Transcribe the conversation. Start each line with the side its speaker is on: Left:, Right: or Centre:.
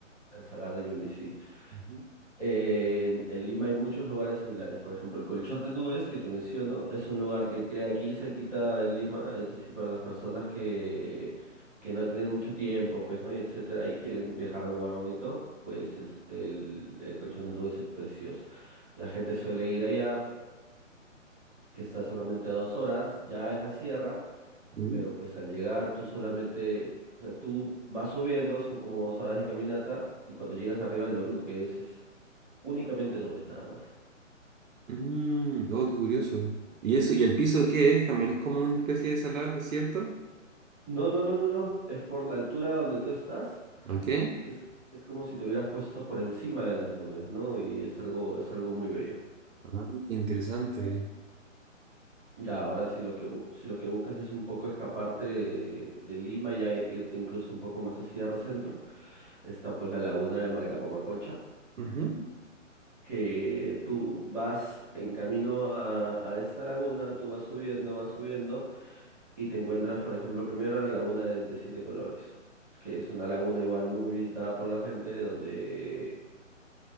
Centre: el Salar de Uyuni, sí.
Right: Ujú,
Centre: En, en Lima hay muchos lugares similares. Por ejemplo, el Colchón de Nubes, que te menciono, es un lugar que queda aquí cerquita en Lima, es decir, para las personas que, que no tienen mucho tiempo, pues, ¿no? Y etcétera, y quieren viajar a un lugar bonito, pues el, el, el Colchón de Nubes es precioso. La gente suele ir allá, que está solamente a dos horas, ya es la sierra,
Right: ujú.
Centre: pero pues al llegar tú solamente, o sea, tú vas subiendo, son como dos horas de caminata, y cuando llegas arriba lo único que es es únicamente nubes, nada más.
Right: Mm, oh, qué curioso. ¿Y eso, y el piso qué es? ¿También es como una especie de salar, desierto?
Centre: No, no, no, no, no. Es por la altura donde tú estás.
Right: ¿Ok?
Centre: Es, es como si te hubieras puesto por encima de las nubes, ¿no? Y es algo, es algo muy bello.
Right: Ah, interesante.
Centre: Ya, ahora sí lo que, bu- si lo que buscas es un poco escaparte de, de Lima y a- irte incluso un poco más a Sierra Centro, está pues la laguna de Marcapamacocha,
Right: Ujú.
Centre: que tú vas en camino a, a esta laguna, tú vas subiendo, vas subiendo y te encuentras, por ejemplo, primero la laguna de de siete colores que es una laguna igual muy visitada por la gente, donde